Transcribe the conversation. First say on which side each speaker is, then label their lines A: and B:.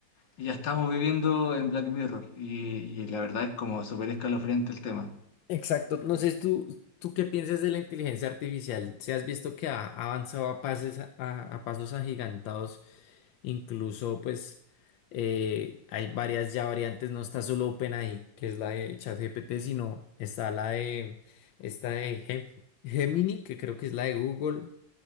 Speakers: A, on the left; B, on the left.
A: Ya estamos viviendo en Black Mirror y, y la verdad es como súper escalofriante el tema.
B: Exacto. No sé, tú, tú qué piensas de la inteligencia artificial. Si has visto que ha avanzado a pases, a, a pasos agigantados, incluso pues eh, hay varias ya variantes. No está solo OpenAI, que es la de ChatGPT, sino está la de esta de Gem- Gemini, que creo que es la de Google.